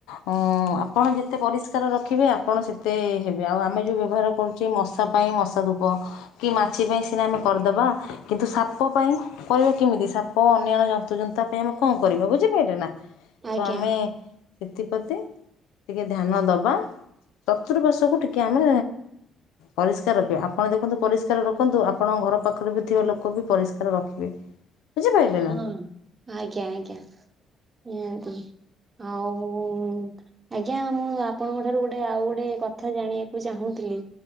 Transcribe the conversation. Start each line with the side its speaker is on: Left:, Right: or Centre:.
Left: ହୁଁ। ଆପଣ ଯେତେ ପରିଷ୍କାର ରଖିବେ ଆପଣ ସେତ ଏତେ ହେବେ। ଆଉ ଆମେ ଯେଉଁ ବ୍ୟବହାର କରୁଚେ ମଶା ପାଇଁ ମଶା ଧୂପ। କି ମାଛି ପାଇଁ ସିନା ଆମେ କରଦବା କିନ୍ତୁ ସାପ ପାଇଁ। କରିବା କେମିତି ସାପ ଅନ୍ୟାନ୍ୟ ଜନ୍ତୁ ଜନ୍ତା ପାଇଁ ଆମେ କଣ କରିବା ବୁଝିପାଇଲେ ନା।
Right: ଆଜ୍ଞା
Left: ତ ଆମେ ସେଥିପ୍ରତି ଟିକେ ଧ୍ୟାନ ଦବା। ଚତୁର୍ପାଶ୍ୱକୁ ଟିକେ ଆମେ ପରିଷ୍କାର ରଖିବେ। ଆପଣ ଦେଖନ୍ତୁ ପରିଷ୍କାର ରଖନ୍ତୁ ଆପଣଙ୍କ ଘର ପାଖରେ ବି ଥିବା ଲୋକ ବି ପରିଷ୍କାର ରଖିବେ। ବୁଝିପାରିଲେ
Right: ହଁ
Left: ନା
Right: ଆଜ୍ଞା ଆଜ୍ଞା ନିହାତି। ଆଉ। ଆଜ୍ଞା ମୁଁ ଆପଣଙ୍କ ଠାରୁ ଗୋଟେ ଆଉ ଗୋଟେ କଥା ଜାଣିବାକୁ ଚାହୁଁଥିଲି।